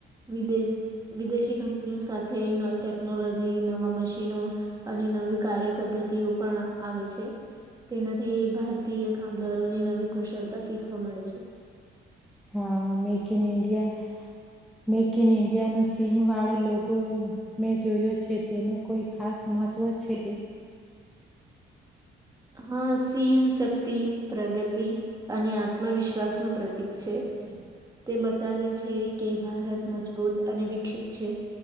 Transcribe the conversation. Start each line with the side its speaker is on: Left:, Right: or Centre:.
Right: વિદેશ વિદેશી કંપનીઓ સાથે નવી ટેકનોલોજી નવા મશીનો અને નવી કાર્ય પદ્ધતિઓ પણ આવે છે. તેનાથી ભારતીય કામદારોને નવી કુશળતા શીખવા મળે છે.
Centre: હા, make in India make in ઇન્ડિયાનો સિંહ વાળો લોગો મેં જોયો છે. તેનું કોઈ ખાસ મહત્વ છે કે.
Right: હા, સિંહશક્તિ પ્રગતિ અને આત્મવિશ્વાસનું પ્રતીક છે. તે બતાવે છે કે ભારત મજબૂત અને વિકસિત છે,